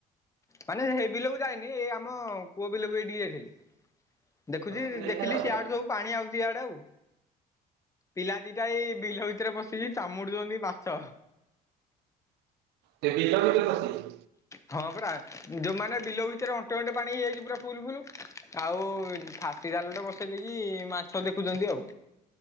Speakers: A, on the left (about 20°); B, on the right (about 90°).
A: ମାନେ ସେ ବିଲକୁ ଯାଇନି ଏଇ ଆମ କୂଅ ବିଲକୁ ଏଇ ଟିକେ ଯାଇଥିଲି। ଦେଖୁଛି
B: ତୁ ଦେଖାଯାଉନି?
A: ଦେଖିଲି ସିଆଡେ ସବୁ ପାଣି ଆଉଛି ଇଆଡେ ଆଉ। ପିଲା ଦିଟା ଏଇ ବିଲ ଭିତରେ ପଶିଛି ଚାମୁଡୁଛନ୍ତି ମାଛ।
B: ସେ ବିଲ କେତେ ବସିଛି?
A: ହଁପରା, ଯୋଉ ମାନେ ବିଲ ଭିତରେ ଅଣ୍ଟେ ଅଣ୍ଟେ ପାଣି ହେଇଯାଇଛି ପୁରା ଫୁଲ ଫୁଲ। ଆଉ ଫାସୀ ଜାଲଟରେ ବସେଇ ଦେଇକି ମାଛ ଦେଖୁଛନ୍ତି ଆଉ।